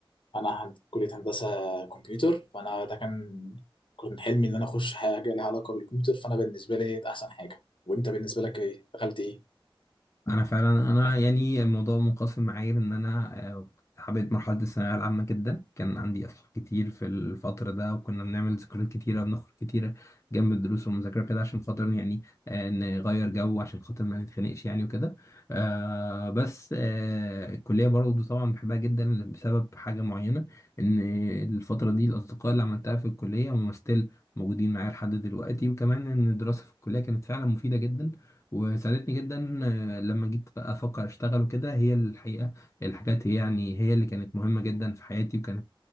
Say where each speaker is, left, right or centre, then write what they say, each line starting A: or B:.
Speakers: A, on the left; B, on the left.
A: انا هن- كليه هندسه كمبيوتر فانا ده كان كان حلمي ان انا اخش حاجه لها علاقه بالكمبيوتر فانا بالنسبه لي ده احسن حاجه وانت بالنسبه لك ايه دخلت ايه
B: انا فعلا انا يعني الموضوع منقسم معايا ان انا آه، كنت حبيت مرحله الثانويه العامه جدا كان عندي اصحاب كتير في الفتره ده وكنا بنعمل ذكريات كتيره بنخرج كتيره جنب الدروس والمذاكره كده عشان خاطر يعني آه، نغير جو عشان خاطر ما نتخانقش يعني وكده آه، بس آه، الكليه برضه طبعا بحبها جدا بسبب حاجه معينه ان الفتره دي الاصدقاء اللي عملتها في الكليه هم ستيل موجودين معايا لحد دلوقتي وكمان ان الدراسه في الكليه كانت فعلا مفيده جدا وساعدتني جدا آه، لما جيت بقى افكر اشتغل وكده هي الحقيقه الحاجات هي يعني هي اللي كانت مهمه جدا في حياتي وكانت